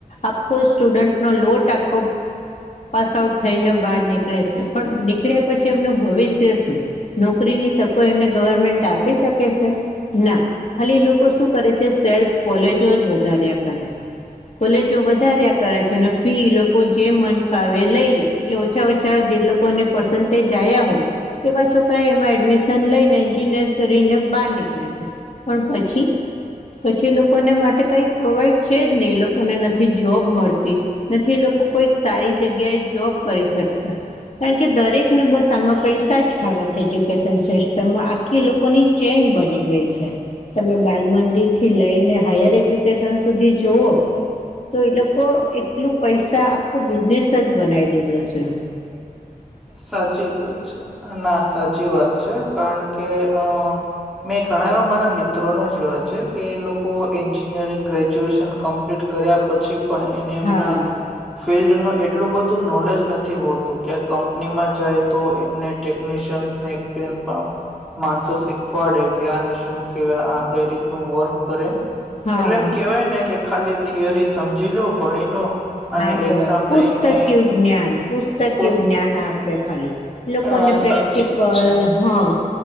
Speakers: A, on the left; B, in the centre.
A: આખો સ્ટુડન્ટ નો લોટ આખો પાસ આઉટ થઈને બહાર નીકળે છે. પણ નીકળ્યા પછી એમનું ભવિષ્ય શું નોકરીની તકો એમને ગવર્મેન્ટ આપી શકે છે, ના ખાલી લોકો શું કરે છે. સેલ્ફ કોલેજો જ વધારે્યા કરે છે. કોલેજો વધાર્યા કરે છે, અને ફી લોકો જે મન ભાવે લઈ લે એટલે ઓછા-ઓછા જે લોકોને પર્સન્ટેજ આવ્યા હોય. એવા છોકરા એમાં એડમિશન લઈને એન્જિનિયર કરીને બહાર નીકળે છે. પણ પછી પછી એ લોકોને માટે કઈ પ્રોવાઈડ છેજ નહી. એ લોકોને નથી જોબ મળતી નથી લોકો કોઈક સારી જગ્યાએ જોબ કરી શકતા કારણ કે દરેક ને બસ આમાં પૈસા જ ખાવા છે. એજ્યુકેશન સિસ્ટમમાં કે લોકોની ચેન બની ગઈ છે. તમે બાલ મંદિર થી લઈને હાયર એજ્યુકેશન સુધી જુઓ તો એ લોકો એટલું પૈસા આખું બિઝનેસ સજ બનાવી દીધો છે.
B: સાચી વાત છે. ના સાચી વાત છે, કારણ કે અ મેં ઘણા એવા મારા મિત્રોને જોયા છે. કે એ લોકો એન્જિનિયરિંગ ગ્રેજ્યુએશન્ ્લીટ કર્યા પછી પણ એને એમના
A: હા
B: ફિલ્ડ ન એટલું બધું નોલેજ નથી હોતુ કંપનીમાં જાય તો એમને ટેકનિશિયન્સને, એક્સપિરયસ માણસો શીખવાડે કે આને શું કેહેવાય આ કઈ રીતનું વર્ક કરે એટલે,
A: હા
B: એમ કેવાય ને કે ખાલી થિયરી સમજી લો ભણી લો અને
A: હા, બસ
B: એક્ઝામ
A: પુસ્તક
B: દઈને
A: યજ્ઞાન પુસ્તક
B: પોસ્ત
A: જ્ાન આપે ખાલી લોકોને,
B: અ
A: પ્રેક્ટિકલ
B: સાચી વાત છે
A: હા